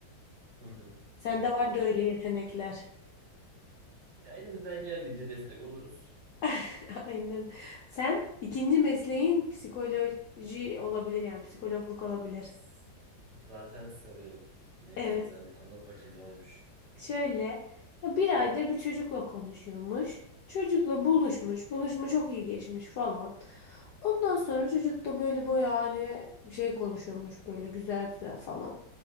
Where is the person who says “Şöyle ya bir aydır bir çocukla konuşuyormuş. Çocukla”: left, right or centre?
Left